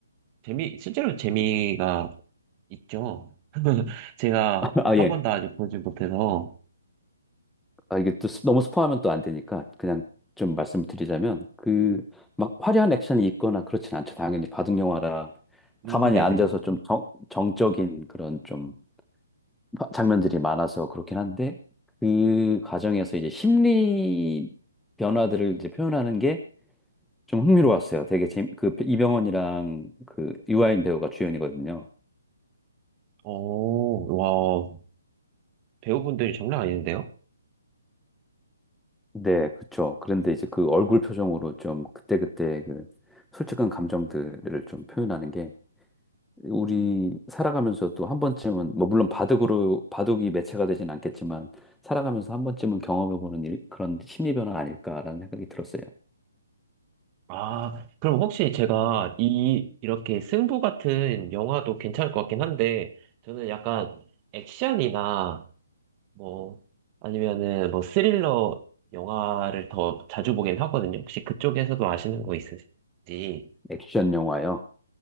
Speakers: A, on the right; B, in the centre.
A: 재미, 실제로 재미가 있죠. <laughs> 제가
B: <laughs> 아
A: 한
B: 예.
A: 번도 아직 보지 못해서.
B: 아, 이게 또 스- 너무 스포하면 또 안 되니까 그냥 좀 말씀을 드리자면 그 막 화려한 액션이 있거나 그렇진 않죠. 당연히 바둑 영화라
A: 음,
B: 가만히
A: 네네.
B: 앉아서 좀 정, 정적인 그런 좀 화- 장면들이 많아서 그렇긴 한데 그 과정에서 이제 심리 변화들을 이제 표현하는 게 좀 흥미로웠어요. 되게 재미, 그 이병헌이랑 그 유아인 배우가 주연이거든요.
A: 오, 와, 배우분들이 장난 아닌데요?
B: 네, 그쵸. 그런데 이제 그 얼굴 표정으로 좀 그때그때 그 솔직한 감정들을 좀 표현하는 게 우리 살아가면서도 한 번쯤은 뭐 물론 바둑으로 바둑이 매체가 되진 않겠지만 살아가면서 한 번쯤은 경험해보는 일, 그런 심리 변화 아닐까라는 생각이 들었어요.
A: 아, 그럼 혹시 제가 이, 이렇게 승부 같은 영화도 괜찮을 것 같긴 한데, 저는 약간 액션이나 뭐, 아니면은 뭐 스릴러 영화를 더 자주 보긴 하거든요. 혹시 그쪽에서도 아시는 거 있으신지.
B: 액션 영화요.